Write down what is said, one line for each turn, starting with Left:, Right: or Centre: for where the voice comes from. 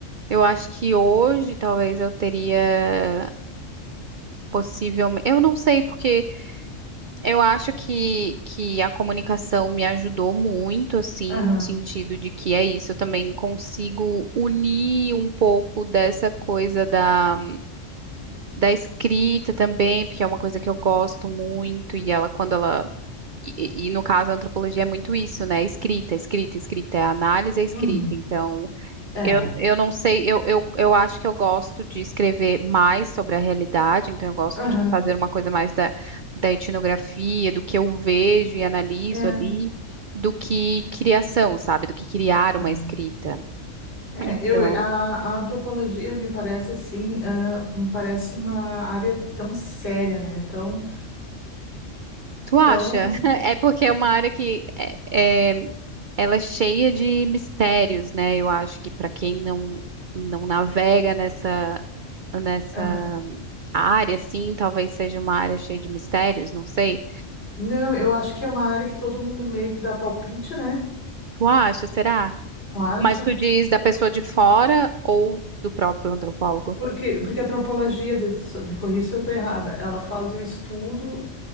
Right: Eu acho que hoje talvez eu teria possivelmente, eu não sei porque Eu acho que, que a comunicação me ajudou muito, assim,
Left: Aham.
Right: no sentido de que é isso, eu também consigo unir um pouco dessa coisa da, da escrita também, porque é uma coisa que eu gosto muito, e ela, quando ela. E, e no caso, a antropologia é muito isso, né? Escrita, escrita, escrita, é a análise, é escrita.
Left: Uhum.
Right: Então,
Left: É.
Right: eu, eu não sei, eu, eu, eu acho que eu gosto de escrever mais sobre a realidade, então eu gosto
Left: Aham.
Right: de fazer uma coisa mais da, da etnografia, do que eu vejo e analiso
Left: É.
Right: ali, do que criação, sabe? Do que criar
Left: Aham.
Right: uma escrita.
Left: É,
Right: Então,
Left: eu, a, a antropologia me parece assim, ah, me parece uma área tão séria, né? Tão,
Right: tu acha?
Left: tão.
Right: <laughs> É porque é uma área que é, é- ela é cheia de mistérios, né? Eu acho que para quem não, não navega nessa, nessa
Left: Aham.
Right: área, assim, talvez seja uma área cheia de mistérios, não sei.
Left: Não, eu acho que é uma área que todo mundo meio que dá palpite, né?
Right: Tu acha? Será?
Left: Não acha?
Right: Mas tu diz da pessoa de fora ou do próprio antropólogo?
Left: Porque, porque a antropologia, des- me corrija se eu estou errada, ela faz o estudo